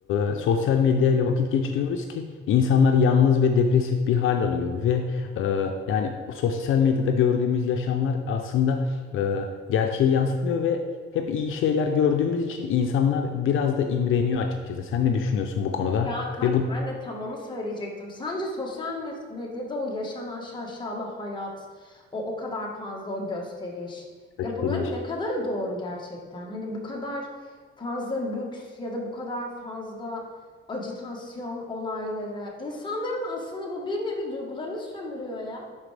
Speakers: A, on the left; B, on the left.
A: e, sosyal medyayla vakit geçiriyoruz ki insanlar yalnız ve depresif bir hal alıyor ve ee, yani sosyal medyada gördüğümüz yaşamlar aslında e, gerçeği yansıtmıyor ve hep iyi şeyler gördüğümüz için insanlar biraz da imreniyor açıkçası. Sen ne düşünüyorsun bu konuda?
B: Ya kanki
A: Ve bu
B: ben de tam onu söyleyecektim. Sence sosyal mes- medyada o yaşanan şaşalı hayat, o o kadar fazla o gösteriş.
A: <laughs>
B: Ya bunların ne kadarı doğru gerçekten? Hani bu kadar fazla lüks ya da bu kadar fazla ajitasyon olayları. İnsanların aslında bu bir nevi duygularını sömürüyor ya.